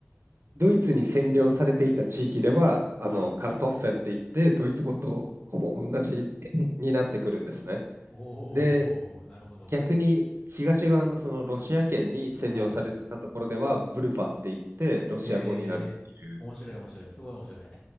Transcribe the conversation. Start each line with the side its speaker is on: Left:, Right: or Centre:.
Right: ドイツに占領されていた地域では、
Left: はい。
Right: あの、カルトッフェンって言って、ドイツ語とほぼ同じ <laughs> になってくるんですね。
Left: おー、
Right: で、
Left: なるほど。
Right: 逆に東側のそのロシア圏に占領されてたところでは、
Left: はい。
Right: ブルバって言って、ロシア語になるっていう、
Left: へえ、面白い、面白い。すごい面白い。